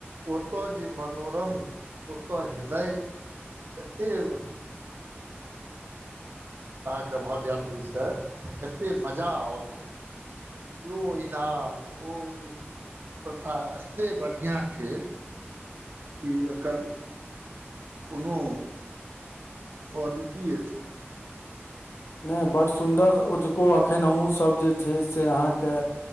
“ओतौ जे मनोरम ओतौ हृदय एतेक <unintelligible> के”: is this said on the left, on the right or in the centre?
Right